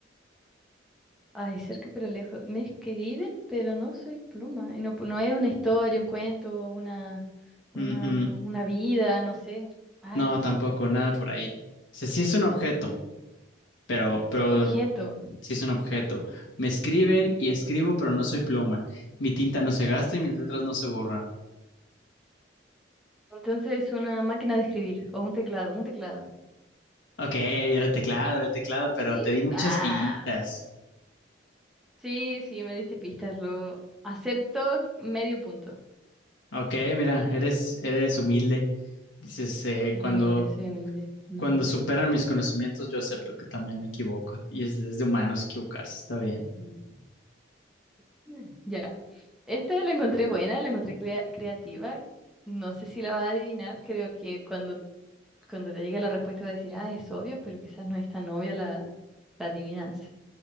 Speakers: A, in the centre; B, on the left.
A: Ay, cerca pero lejos. Me escriben, pero no soy pluma. Y no, no es una historia, un cuento, una, una,
B: Mm, mm,
A: una vida, no sé. Ay,
B: no, tampoco, nada por ahí. O sea, sí es un objeto, pero,
A: es
B: pero
A: un objeto.
B: sí es un objeto. Me escriben y escribo, pero no soy pluma. Mi tinta no se gasta y mis letras no se borran.
A: Entonces es una máquina de escribir o un teclado, un teclado.
B: Ok, era el teclado, era el teclado, pero
A: Sí,
B: te di muchas
A: ah,
B: pistas.
A: sí, sí, me diste pistas. Lo acepto medio punto.
B: Ok, mira, eres, eres humilde. Dices, eh,
A: Soy
B: cuando,
A: humilde, soy humilde. Ujú.
B: cuando superan mis conocimientos, yo acepto que también me equivoco. Y es desde humanos equivocarse, está bien.
A: <laughs> Mm. Ya. Esta la encontré buena, la encontré crea- creativa. No sé si la va a adivinar. Creo que cuando Cuando te llegue la respuesta va a decir, ah, es obvio, pero quizás no es tan obvia la, la adivinanza.